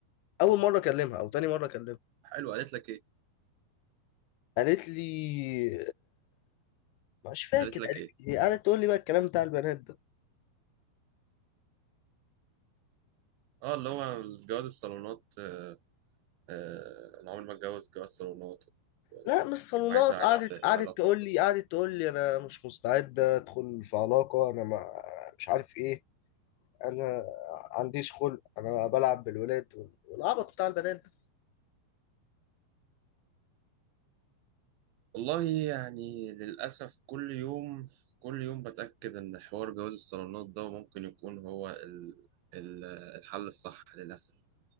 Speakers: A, on the left; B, on the right.
A: اول مره اكلمها او تاني مره اكلمها
B: حلو قالت لك ايه
A: قالت لي آه، مش فاكر
B: قالت لك
A: قالت
B: ايه
A: لي إيه. قعدت تقول لي بقى الكلام بتاع البنات ده
B: اه اللي هو جواز الصالونات آه، آه، انا عمري ما اتجوز جواز صالونات آه،
A: لا مش صالونات
B: وعايز اعيش
A: قعدت
B: في
A: قعدت
B: علاقة
A: تقول لي قعدت تقول لي انا مش مستعده ادخل في علاقه انا ما مش عارف ايه انا عنديش خلق انا بلعب بالولاد وال- والعبط بتاع البنات ده
B: والله يعني للأسف كل يوم كل يوم بتأكد إن حوار جواز الصالونات ده ممكن يكون هو ال- ال- الحل الصح للأسف